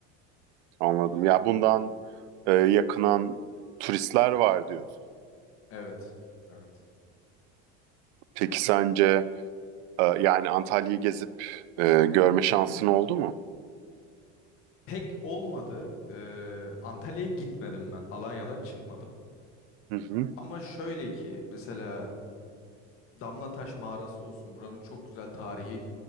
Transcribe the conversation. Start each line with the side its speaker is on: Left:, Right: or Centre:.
Right: anladım.
Left: bu durum.
Right: Ya bundan e, yakınan turistler var diyorsun.
Left: Evet. Evet.
Right: Peki sence e, yani Antalya'yı gezip e, görme şansın oldu mu?
Left: Pek olmadı. E, Antalya'ya gitmedim ben. Alanya'dan çıkmadım.
Right: Hı hı.
Left: Ama şöyle ki mesela Damlataş Mağarası olsun. Buranın çok güzel tarihi